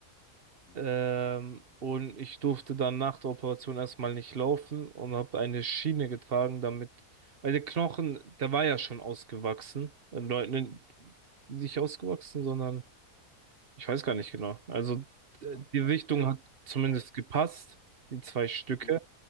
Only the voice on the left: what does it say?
Mhm.
So,
ja,
äh,
mhm.